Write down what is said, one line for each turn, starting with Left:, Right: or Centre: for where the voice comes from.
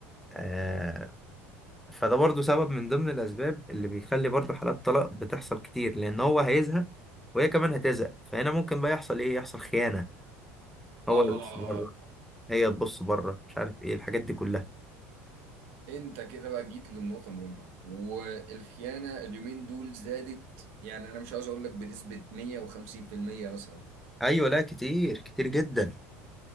Centre: آه، فده برضو سبب من ضمن الأسباب اللي بيخلي برضو حالات طلاق بتحصل كتير لأن هو هيزهق وهي كمان هتزهق فهنا ممكن بقى يحصل إيه يحصل خيانة
Right: آه
Centre: هو يبص بره هي تبص بره مش عارف إيه الحاجات دي كلها
Right: أنت كده بقى جيت للنقطة المهمة والخيانة اليومين دول زادت يعني أنا مش عاوز أقول لك بنسبة 150% مثلا
Centre: أيوة لا كتير كتير جدا